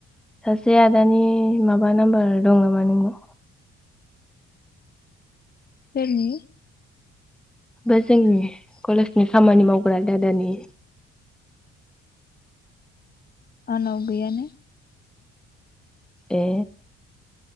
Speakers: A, in the centre; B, on the left.
A: सासे आदानि माबा नाम्बार दं नामा नोंनाव?
B: सोरनि?
A: बै जोंनि कलेजनि खामानि मावग्रा दादानि
B: आंनाव गैयानो।
A: ए।